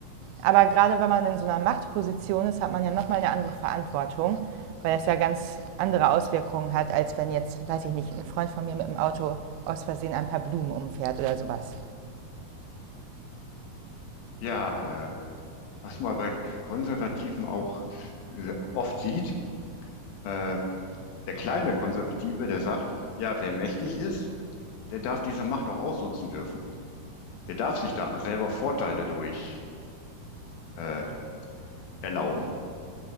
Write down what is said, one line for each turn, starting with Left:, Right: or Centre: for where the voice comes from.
Right: aber gerade wenn man in so einer Machtposition ist, hat man ja nochmal eine andere Verantwortung, weil das ja ganz andere Auswirkungen hat, als wenn jetzt, weiß ich nicht, ein Freund von mir mit dem Auto aus Versehen ein paar Blumen umfährt oder sowas.
Left: Ja, äh, was man bei Konservativen auch äh, oft sieht, äh, der kleine Konservative, der sagt, ja, wer mächtig ist, der darf diese Macht auch ausnutzen dürfen. Der darf sich da selber Vorteile durch äh, erlauben.